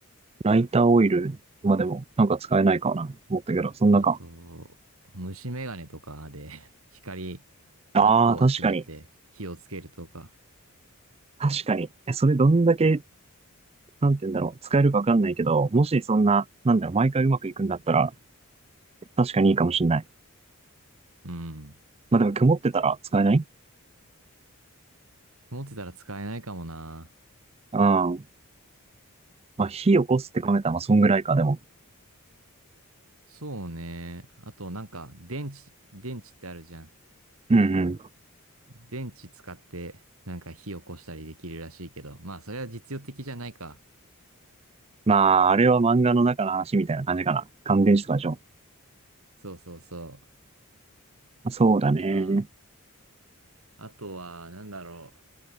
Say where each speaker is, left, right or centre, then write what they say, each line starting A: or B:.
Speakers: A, on the right (about 25°); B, on the right (about 65°).
A: ライターオイルまでもなんか使えないかなと思ったけど、そんなか。
B: あと、虫眼鏡とかで <laughs> 光、
A: ああ、
B: 日光を集めて火をつけるとか。
A: 確かに。確かに。え、それどんだけ、なんて言うんだろう。使えるかわかんないけど、もしそんな、なんだろう、毎回うまくいくんだったら、確かにいいかもしんない。
B: うん。
A: まあでも曇ってたら使えない
B: 持ってたら使えないかもな。
A: うん。まあ火起こすって考えたら、まあそんぐらいか、でも。
B: そうね。あとなんか、電池、電池ってあるじゃん。
A: うんうん。
B: 電池使って、なんか火起こしたりできるらしいけど。まあ、それは実用的じゃないか。
A: まあ、あれは漫画の中の話みたいな感じかな。乾電池とかでしょ。
B: そうそうそ
A: そうだね。
B: う。うん。あとは、なんだろ